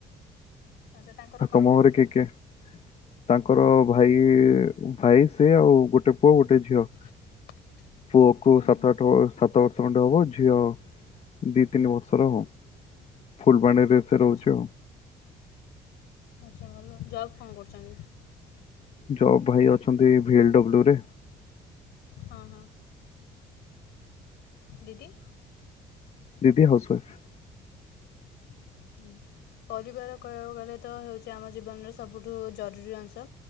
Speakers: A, on the left; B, on the left.
A: ଆଚ୍ଛା ତାଙ୍କର
B: ଆଉ ତମ
A: କଣ ଫ୍ୟାମିଲି?
B: ଘରେ କିଏ କିଏ? ତାଙ୍କର ଭାଇ ଭାଇ ସେ ଆଉ ଗୋଟେ ପୁଅ ଗୋଟେ ଝିଅ
A: <inaudible>
B: ପୁଅକୁ
A: ହୁଁ
B: ସାତ
A: ହୁଁ
B: ଆଠ ବୟସ ସାତ ବର୍ଷ ଖଣ୍ଡେ ହବ ଝିଅ ଦି ତିନି ବର୍ଷର ହବ ଫୁଲବାଣୀରେ ସେ
A: ଆଚ୍ଛା
B: ରହୁଛି ଆଉ
A: ସେ ଭଲ ଜବ୍ କଣ କରୁଚନ୍ତି?
B: ଜବ ଭାଇ ଅଛନ୍ତି ଭିଏଲଡବ୍ଲୁ ରେ
A: ହଁ ହଁ ଦିଦି
B: ଦିଦି ହାଉସୱାଇଫ
A: ହଁ <inaudible> ପରିବାର କହିବାକୁ ଗଲେ ତ ହେଉଛି ଆମ ଜୀବନର ସବୁଠୁ ଜରୁରୀ ଅଂଶ